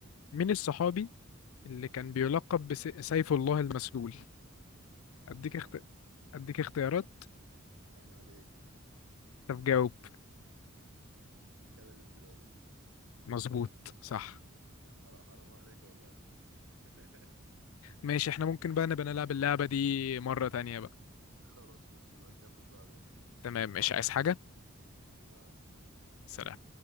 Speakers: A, on the left; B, on the right.
A: مين الصحابي اللي كان بيلقب بسيف الله المسلول اديك
B: حرام
A: اخت...
B: عليك
A: اديك اختيارات
B: حرام عليك
A: طب جاوب
B: خالد بن الوليد
A: مظبوط صح
B: يا حرام حرام عليك والله <laughs>
A: ماشي احنا ممكن بقى نبقى نلعب اللعبة دي مرة تانية بقى
B: خلاص ماشي نبقى نكمل بعدين
A: تمام مش عايز حاجة
B: لا شكرا
A: سلام